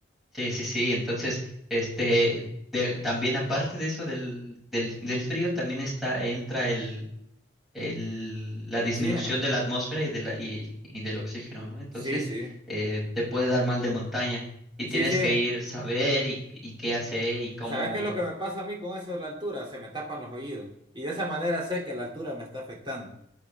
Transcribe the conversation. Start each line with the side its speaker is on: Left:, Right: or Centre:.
Centre: Sí, sí, sí. Entonces, este, de- también aparte de eso del, del, del frío, también está, entra el, el- la
Right: el
Centre: disminución
Right: oxígeno.
Centre: de la atmósfera y, de la, y, y del oxígeno, ¿no? Entonces,
Right: Sí, sí,
Centre: eh, te puede dar mal de montaña y
Right: sí,
Centre: tienes
Right: sí.
Centre: que ir saber y, y qué hacer y cómo.
Right: ¿Sabes qué es lo que me pasa a mí con eso de la altura? Se me tapan los oídos. Y de esa manera sé que la altura me está afectando.